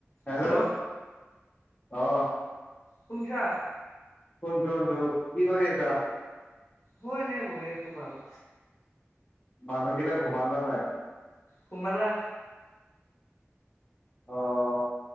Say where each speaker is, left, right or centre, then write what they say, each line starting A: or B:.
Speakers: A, on the left; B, on the left.
A: হেল্লো'
B: Hello
A: অ
B: শুনিছা
A: কোন কোন দোপ কি কৰি আছা?
B: হয় এনেই বহি আছো বাৰু।
A: মানুহগীলা ঘুমাল নে নাই?
B: গোমালা
A: অ